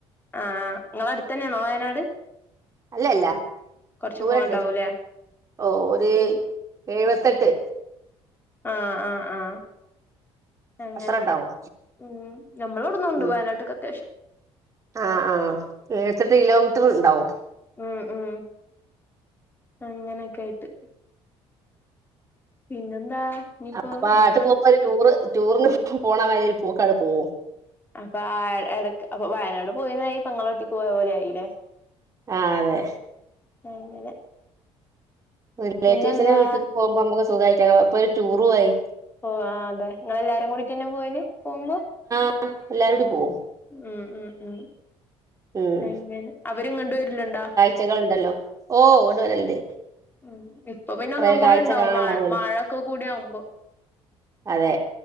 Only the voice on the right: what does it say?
അല്ലല്ല.
ദൂരണ്ട്.
ഓ ഒര് എയ് വത്തട്ട്
അത്ര ഉണ്ടാവും
ഉം.
ആ ആ എയ് വത്തട്ട് കിലോമീറ്ററ് ഇണ്ടാവും.
അപ്പ
ആട്ട് പോവുമ്പ ഒര് ടൂറ് ടൂറ്ന് പോണമാരി ഒരു പോക്കാണ്ട് പോവും.
ആ അതെ.
റിലേറ്റീവ്സിന്റെ
വീട്ട്ക്ക് പോവുമ്പ അമ്മക്ക് സുഗായിട്ട് പോവാ അപ്പൊരു ടൂറു ആയി.
അ എല്ലാരൂടി പോവും.
ഉം
കുട്ടികള്ണ്ടല്ലോ, ഓ ഇങ്ങട്ട് വരല്ണ്ട്.
കൊറേ
കാഴ്ച
കാണാണ്ടാവല്ലോ
അതെ